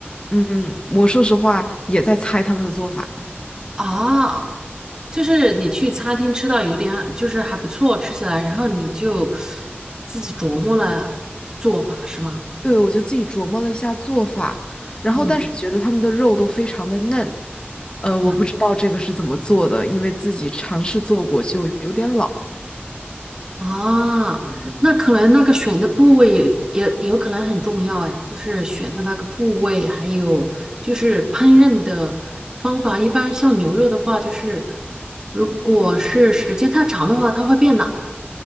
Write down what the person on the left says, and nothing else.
嗯，我说实话也在猜他们的做法嘛。
对，我就自己琢磨了一下做法，然后但是觉得他们的肉都非常的嫩，
呃，我不知道这个是怎么做的，
因为自己尝试做过就有点老。